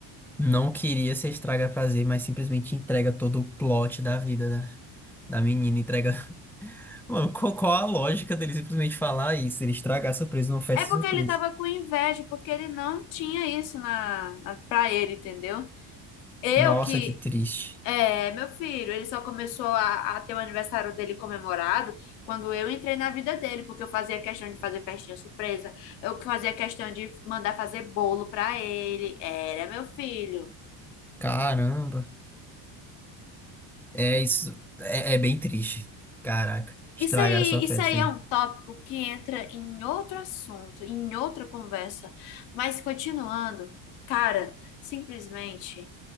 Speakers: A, in the centre; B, on the left.
A: não queria ser estraga prazer, mas simplesmente entrega todo o plot da vida da, da menina. Entrega. <laughs> Mano, qual, qual a lógica dele simplesmente falar isso? Ele estragar a surpresa numa festa
B: É porque
A: surpresa.
B: ele tava com inveja, porque ele não tinha isso na, na pra ele, entendeu? Eu
A: Nossa,
B: que.
A: que triste.
B: É, meu filho, ele só começou a, a ter o aniversário dele comemorado quando eu entrei na vida dele, porque eu fazia questão de fazer festinha surpresa, eu que fazia questão de mandar fazer bolo pra ele. Era meu filho.
A: Caramba. É isso. É, é bem triste. Caraca. Estragaram
B: Isso aí,
A: sua festa
B: isso aí
A: aí.
B: é um tópico que entra em outro assunto, em outra conversa. Mas continuando, cara, simplesmente.